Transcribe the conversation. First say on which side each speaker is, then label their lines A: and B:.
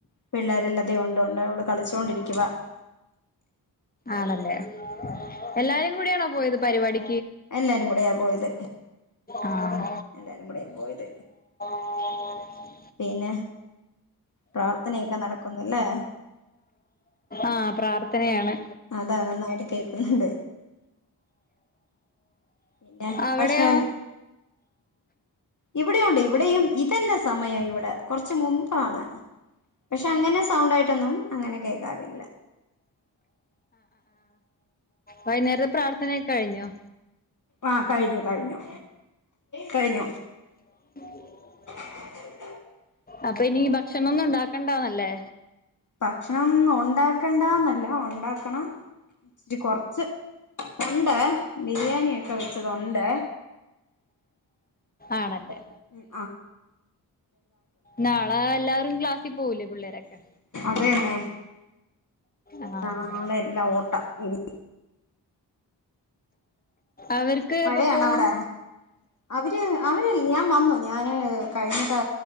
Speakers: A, on the left; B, on the left.
A: പിള്ളേരെല്ലാതെയ ഉണ്ട് അവള് കളിച്ചോണ്ടിരി കവാ
B: ആണല്ലേ എല്ലാരും കൂടിയണോ പോയത് പരിപാടി
A: എല്ലാരും കൂടെയാ പോയത്
B: ആഹ്
A: എല്ലാരും കൂടെയാ പോയത്
B: ആ
A: പിന്നെ പ്രാർത്ഥനയൊക്കെ നടക്കുന്നല്ലേ
B: ആഹ പ്രാർ തനയാണ്
A: അതാ നന്നായിട്ട് കേൾക്കുന്നുണ്ട് പിന്നെ
B: അവിടെയോ
A: ഭക്ഷണംല്ല ഇവിടെയ ഉണ്ട് ഇവിടെയും ഇതന്നെ സമയം ഇവിടെ കുറച്ച് മുമ്പാണ് പക്ഷെ അങ്ങനെ സൗണ്ട ആയിട്ടൊന്നും അങ്ങനെ കേക്കാറില്ല
B: വൈുന്നേരത്തെ പ്രാർഥന കഴിഞ്ഞോ
A: ആ കഴിഞ്ഞു കഴിഞ്ഞു കഴിഞ്ഞു
B: ഉ
A: <unintelligible>
B: അപ്പൊ ഇനി ഭക്ഷണ ഒന്നും ഇണ്ടാക്കണ്ടാവുന്നല്ലേ
A: ഭക്ഷണം ഉണ്ടാക്കണ്ടന്നല്ല ഉണ്ടാക്കണം ഇച്ചരി കൊറച്ച് ഉണ്ട് ബിരിയാണി ഒക്കെ വെച്ചത്ണ്ട്
B: ആണല്ലേ
A: അപ്പം ഉ
B: നാളെ എല്ലാവും ക്ലാസ് പോവുല പിള്ളേരൊക്കെ
A: അതന്നെ
B: ആഹ്
A: ന അവിടെ എല്ലാം ഓട്ടം ഇനി
B: അവർക്ക്
A: മഴയാണവിടെ
B: എപ്പൊ പോവും
A: അവര് അവര് ഞാൻ വന്നു ഞാന് കഴിഞ്ഞിട്ട്